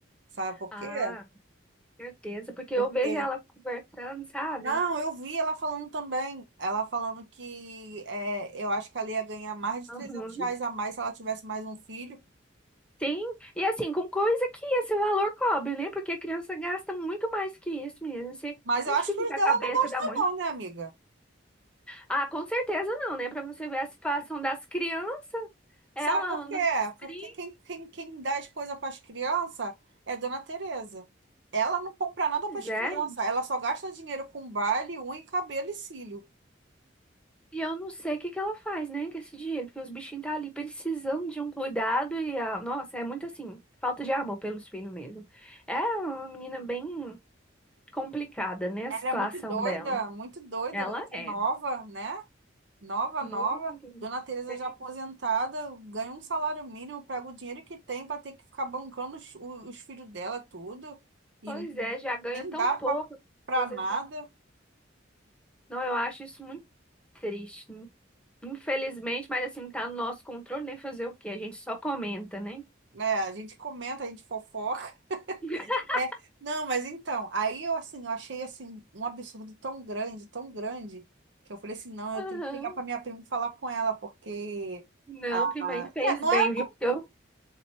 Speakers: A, on the right; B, in the centre.
A: Sabe por
B: Ah,
A: quê?
B: certeza, porque
A: Porque.
B: eu vejo ela conversando, sabe?
A: Não, eu vi ela falando também. Ela falando que é, eu acho que ela ia ganhar mais de 300
B: Uhum.
A: reais a mais se ela tivesse mais um filho.
B: Sim, e assim, com coisa que esse valor cobre, né? Porque a criança gasta muito mais que isso mesmo. Você-
A: Mas eu
B: Onde
A: acho
B: que
A: que
B: fica
A: os dela
B: a cabeça
A: não gostam,
B: da mãe?
A: não, né, amiga?
B: Ah, com certeza não, né? Pra você ver a situação das crianças, ela
A: Sabe por
B: anda
A: quê?
B: nos 30.
A: Porque quem, quem, quem dá as coisas para as crianças é Dona Tereza. Ela não compra nada
B: Pois
A: para as
B: é.
A: crianças, ela só gasta dinheiro com baile, unha, cabelo e cílio.
B: E eu não sei o que que ela faz, né, com esse dinheiro, porque os bichinhos tá ali precisando de um cuidado e a... Nossa, é muito assim, falta de amor pelos filhos mesmo. É uma menina bem complicada, né, a
A: Ela
B: situação
A: é muito doida,
B: dela.
A: muito doida,
B: Ela
A: garota
B: é
A: nova, né? Nova,
B: muito.
A: nova. Dona Tereza
B: bem.
A: já aposentada, ganha um salário mínimo, pega o dinheiro que tem para ter que ficar bancando os, o- os filhos dela, tudo. E
B: Pois é, já ganha
A: nem
B: tão
A: dá
B: pouco
A: para
B: aposentado.
A: nada.
B: Não, eu acho isso muito triste. Infelizmente, mas assim, não tá no nosso controle nem fazer o quê? A gente só comenta, né?
A: né a gente comenta, a gente fofoca.
B: <laughs>
A: É, não, mas então, aí eu assim, eu achei assim um absurdo tão grande, tão grande, que eu falei assim, não, eu
B: Aham.
A: tenho que ligar para minha prima e falar com ela, porque
B: Não,
A: a, a-
B: prima, fez
A: é, não
B: bem,
A: é,
B: viu? Porque eu,